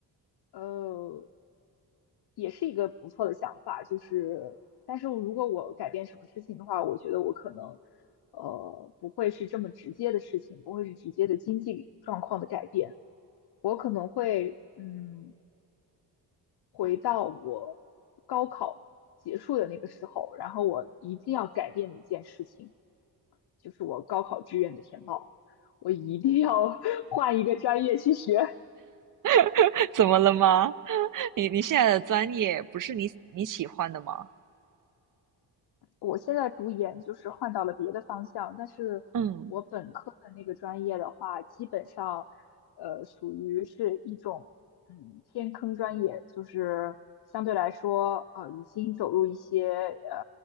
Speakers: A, on the left; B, on the right.
A: 呃也是一个不错的想法，就是但是如果我改变什么事情的话，我觉得我可能呃不会是这么直接的事情，不会是直接的经济状况的改变，我可能会嗯回到我高考结束的那个时候，然后我一定要改变的一件事情。就是我高考志愿的填报，我一定要 <laughs> 换一个专业去学。
B: <laughs> 怎么了吗？你你现在的专业不是你你喜欢的吗？
A: 我现在读研就是换到了别的方向，但是我本科的那个专业的话，
B: 嗯
A: 基本上，呃，属于是一种嗯偏坑专业，就是相对来说，呃，已经走入一些呃